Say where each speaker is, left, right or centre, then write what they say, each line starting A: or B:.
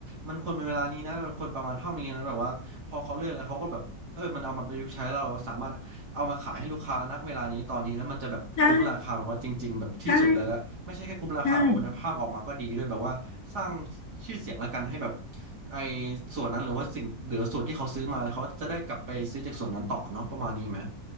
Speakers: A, on the right (about 60°); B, on the left (about 55°).
A: มันควรเป็นเวลานี้นะมันควรประมาณเท่านี้นะแบบว่าพอเขาเลือกแล้วเขาก็แบบเออมันเอามาประยุกต์ใช้แล้วเราสามารถเอามาขายให้ลูกค้าณเวลานี้ตอนนี้แล้วมันจะแบบคุ้มราคาแบบว่าจริงๆแบบที่สุดเลยแล้วไม่ใช่แค่คุ้มราคาแบบคุณภาพออกมาก็ดีด้วยแบบว่าสร้าง
B: ใช่ใช่ใช่
A: ชื่อเสียงแล้วกันให้แบบไอ้ส่วนนั้นหรือว่าสิ่งหรือส่วนที่เขาซื้อมาแล้วเขาจะได้กลับไปซื้อจากส่วนนั้นต่อเนาะประมาณนี้ไหม